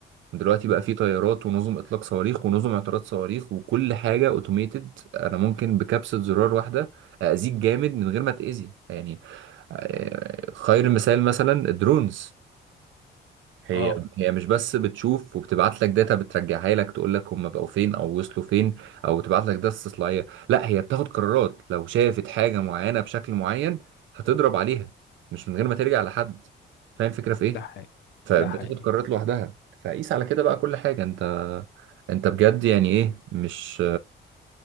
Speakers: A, on the right; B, on the left.
A: دلوقتي بقى
B: مم.
A: في طيارات ونظم اطلاق صواريخ ونظم اعتراض صواريخ وكل حاجة اوتوميتد انا ممكن بكبسة زرار واحدة اذيك جامد من غير ما تاذي يعني آه، خير المثال مثلا الدرونز مم. هي
B: اه
A: هي مش بس بتشوف وبتبعت لك داتا بترجعها لك تقول لك هم بقوا فين او وصلوا فين او تبعت لك داتا استطلاعيه لا هي بتاخد قرارات لو شافت حاجه معينه بشكل معين هتضرب عليها مش من غير ما ترجع لحد فاهم الفكره في ايه
B: ده حقيقي
A: فبتاخد
B: ده حقيقي
A: قرارات لوحدها فقيس على كده بقى كل حاجه انت انت بجد يعني ايه مش